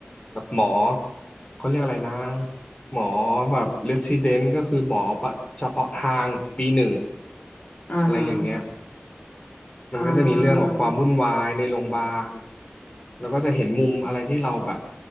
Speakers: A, on the left (about 30°); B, on the left (about 45°).
A: แบบหมอเขาเรียกอะไรนะหมอแบบเรสซิเดนต์ก็คือหมอประเฉพาะทางปีหนึ่ง
B: อ่าฮะ
A: อะไรอย่างเงี้ย มันก็จะมีเรื่องแบบความวุ่นวายในโรงพยาบาล
B: อ่า
A: แล้วก็จะเห็นมุมอะไรที่เราแบบ